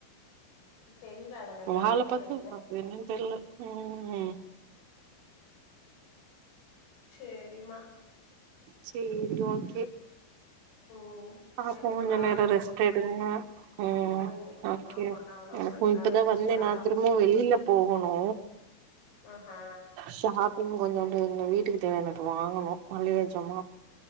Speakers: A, on the left; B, on the right.
A: தெரியல அதுல என்ன
B: வால
A: இருக்குன்னு
B: பாத்து
A: தெரியல.
B: அவ் என்னன் தெர்ல ஊம்
A: செரிமா
B: சேரி ஓகே
A: ம்.
B: பாப்போ
A: சரி நீ
B: கொஞ்ஜொ
A: பாரு.
B: நேரோ ரெஸ்ட் எடுங்க உம்
A: ம்
B: ஓகே
A: ஆமா நானு
B: எனக்கும்
A: கொஞ்ச நேரோ
B: இப்பதா
A: தூங்குனாதா
B: வந்தே நா திரும்பவு வெளில போகணு
A: ஆஹா
B: ஷாப் இன்னு கொஞ்சோண்டு இங்க வீட்டுக்கு தேவையானது வாங்கணு மளிக ஜாமா